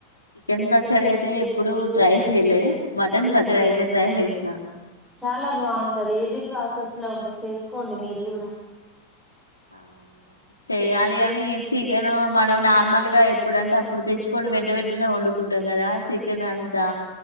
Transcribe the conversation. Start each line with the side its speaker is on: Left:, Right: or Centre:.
Left: చికెన్ పచ్చడి అయితే ఎప్పుడు ట్రై చేయలే మటన్ పచ్చడి అయితే ట్రై చేసి
Centre: చాలా బాగుంటది ఈజీ ప్రాసెస్ లో ఉంటది చేసుకోండి మీరు కూడా
Left: అ చేయాలి గానీ చికెన్ మనం నార్మల్గా ఎప్పుడు అంటే అప్పుడు తెచ్చుకొని వెంట వెంటనే వండుకుంటాం కదా చికెన్ అం తా